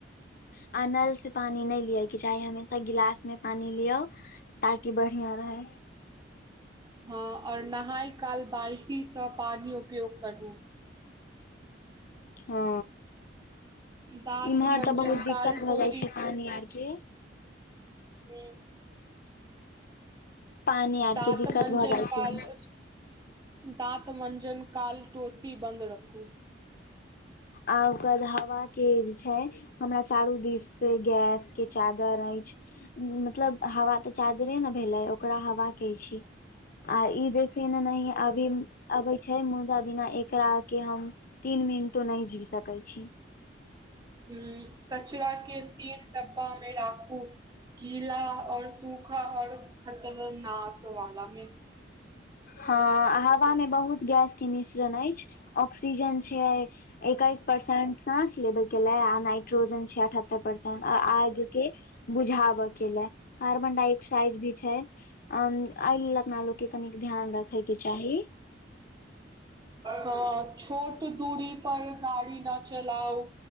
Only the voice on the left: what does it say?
आ अनल से पानि नै लिय के चाही हमेशा गिलास मे पानि लियऔ ताकि बढ़िया रहै
हँ
इम्हर
तऽ बहुत दिक्कत
भऽ जाइ छै पानी आर के
पानी आर
के दिक्कत
भऽ जाइ
छै
आ ओकर हवा के जे छाय हमरा चारू दिस से गैस के चादर अछि मतलब हवा तऽ चादरे न भेलाय ओकरा हवा कहै छी आ ई देखिन एनाहिये अबी अबै छै मुदा बिना एकरा के हम तीन मिनतो नहि जी सकै छी
हँ हवा मे बहुत गैस के मिश्रण अछि ऑक्सीजन छै एकैस परसेंट सास लेबे के ले आ नाइट्रोजन छै अठहत्तर परसेंट आग के बुझाबय के लय कार्बन डाइऑक्साइड भी छै अ एई लेल अपना लोग के कनि ध्यान रखैके चाही